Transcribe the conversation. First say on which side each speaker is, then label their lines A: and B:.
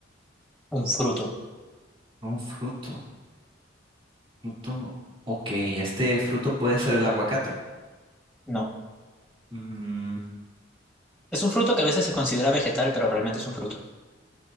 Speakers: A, in the centre; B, on the right.
A: un fruto.
B: un fruto. Fruto. Ok, este fruto puede ser el aguacate.
A: No.
B: Mm,
A: Es un fruto que a veces se considera vegetal, pero realmente es un fruto.